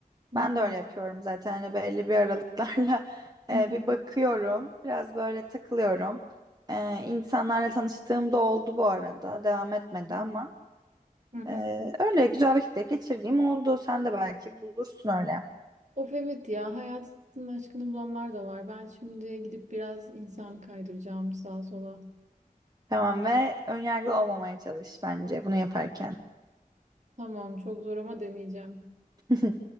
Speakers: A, on the right (about 50°); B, on the right (about 25°).
A: Hı
B: Ben
A: hı.
B: de öyle yapıyorum zaten hani belli bir aralıklarla <laughs> e,
A: Hı hı.
B: bir bakıyorum. Biraz böyle takılıyorum. E, insanlarla tanıştığım da oldu bu arada. Devam etmedi
A: Hı
B: ama
A: hı. Hı hı.
B: e, öyle güzel vakitler geçirdiğim oldu. Sen de belki bulursun öyle.
A: Of evet ya hayatının aşkını bulanlar da var. Ben şimdi gidip biraz insan kaydıracağım sağa sola.
B: Tamam ve önyargılı olmamaya çalış bence bunu yaparken.
A: Tamam çok zor ama deneyeceğim.
B: <laughs>